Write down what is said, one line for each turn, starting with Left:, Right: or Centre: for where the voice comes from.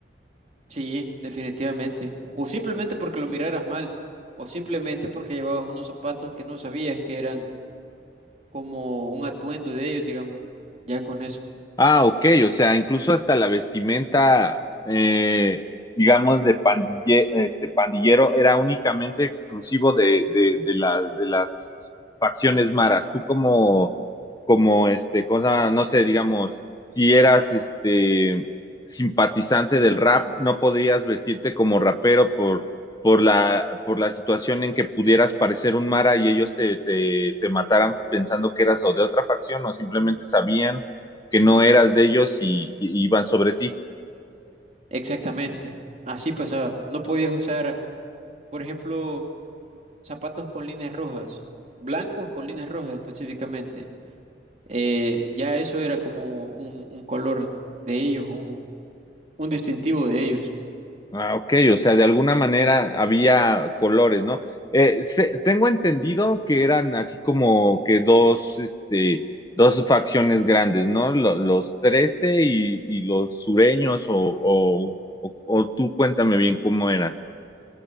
Right: Sí, definitivamente. O simplemente porque lo miraras mal. O simplemente porque llevabas unos zapatos que no sabías que eran como un atuendo de ellos, digamos. Ya con eso.
Left: Ah, ok, o sea, incluso hasta la vestimenta, eh, digamos, de pandille- este, pandillero era únicamente exclusivo de, de, de las, de las facciones maras. Tú como, como, este, cosa, no sé, digamos, si eras, este, simpatizante del rap, no podías vestirte como rapero por, por la, por la situación en que pudieras parecer un mara y ellos te, te, te mataran pensando que eras o de otra facción o simplemente sabían que no eras de ellos y, y- iban sobre ti.
Right: Exactamente. Así pasaba. No podías usar, por ejemplo, zapatos con líneas rojas. Blancos con líneas rojas específicamente. Eh, ya eso era como un, un color de ellos, un, un distintivo de ellos.
Left: Ah, ok, o sea, de alguna manera había colores, ¿no? Eh, se- tengo entendido que eran así como que dos, este, dos facciones grandes, ¿no? Lo- los trece y, y los sureños, o, o, o, o tú cuéntame bien cómo eran.